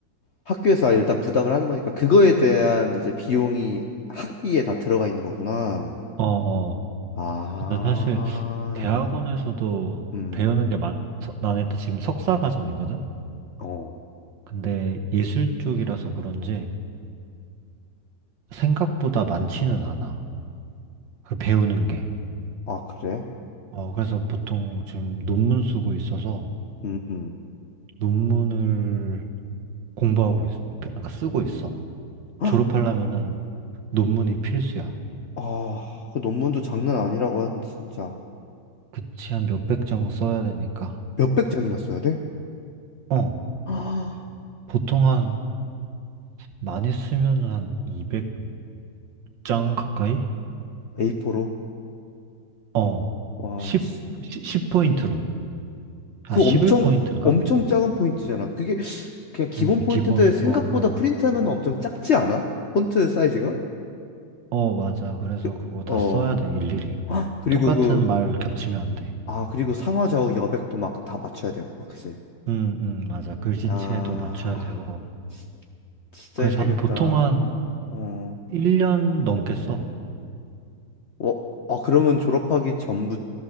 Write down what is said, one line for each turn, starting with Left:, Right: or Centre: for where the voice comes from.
Left: 학교에서 일단 부담을 하는 거니까 그거에 대한 이제 비용이 학비에 다 들어가 있는 거구나.
Right: 어, 어.
Left: 아,
Right: 근데 사실 대학원에서도
Left: 음,
Right: 배우는 게 많, 서- 나는 일단 지금 석사 과정이거든?
Left: 어,
Right: 근데 예술 쪽이라서 그런지 생각보다 많지는 않아. 그 배우는 게.
Left: 아, 그래?
Right: 어, 그래서 보통 지금 논문 쓰고 있어서
Left: 음, 음.
Right: 논문을 공부하고 있, 그러니까 쓰고 있어.
Left: 헉!
Right: 졸업하려면은 논문이 필수야.
Left: 아, 그 논문도 장난 아니라고 하는데 진짜
Right: 그치, 한 몇백 장 써야 되니까.
Left: 몇백 장이나 써야 돼?
Right: 어,
Left: 아,
Right: 보통 한, 많이 쓰면은 한200 장 가까이?
Left: A4로?
Right: 어.
Left: 와,
Right: 10,
Left: 치-
Right: 10포인트로. 아,
Left: 그
Right: 11포인트인가?
Left: 엄청 엄청 작은 포인트잖아. 그게 그냥 기본
Right: 음,
Left: 포인트인데
Right: 기본,
Left: 생각보다
Right: 어, 어.
Left: 프린트하면 엄청 작지 않아? 폰트 사이즈가?
Right: 어, 맞아. 그래서
Left: 그,
Right: 그거 다
Left: 어.
Right: 써야 돼, 일일이.
Left: 헉! 그리고
Right: 똑같은
Left: 그
Right: 말 겹치면 안 돼.
Left: 아, 그리고 상하좌우 여백도 막 다 맞춰야 되고, 막 그치?
Right: 음, 음, 맞아. 글씨체도
Left: 아,
Right: 맞춰야 되고.
Left: 지- 진짜
Right: 그래서
Left: 힘들겠다.
Right: 한, 보통 한
Left: 어,
Right: 1년 넘게 써.
Left: 어, 아, 그러면 졸업하기 전부,